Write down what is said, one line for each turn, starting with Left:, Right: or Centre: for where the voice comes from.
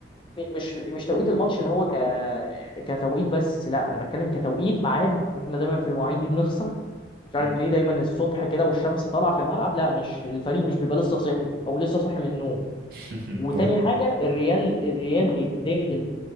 Left: م- مش مش توقيت الماتش اللي هو ك... كتوقيت بس لا انا بتكلم كتوقيت ميعاد احنا دايما في المواعيد دي بنخسر مش
Right: مم.
Left: عارف ليه دايما الصبح كده والشمس طالعه في الملعب لا مش الفريق مش بيبقى لسه صاحي او لسه صاحي من النوم
Right: <laughs>
Left: وتاني
Right: هو
Left: حاجه الريال الريال هيتداخل